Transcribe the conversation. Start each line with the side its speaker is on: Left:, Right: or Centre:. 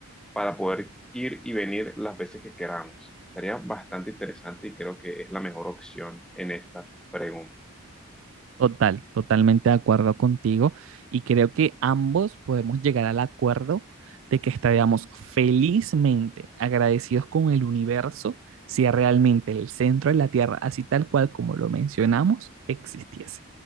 Centre: para poder ir y venir las veces que queramos. Estaría bastante interesante y creo que es la mejor opción en esta pregunta.
Right: Total, totalmente de acuerdo contigo, y creo que ambos podemos llegar al acuerdo de que estaríamos felizmente agradecidos con el universo si realmente el centro de la Tierra, así tal cual como lo mencionamos, existiese.